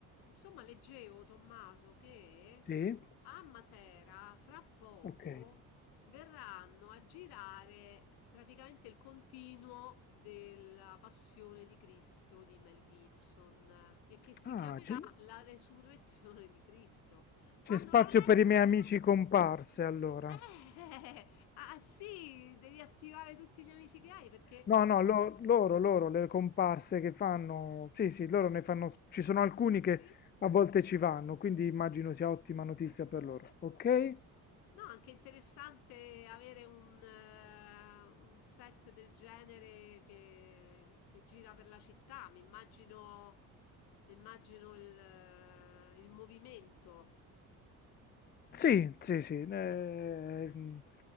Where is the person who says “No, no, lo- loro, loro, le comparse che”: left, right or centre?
Left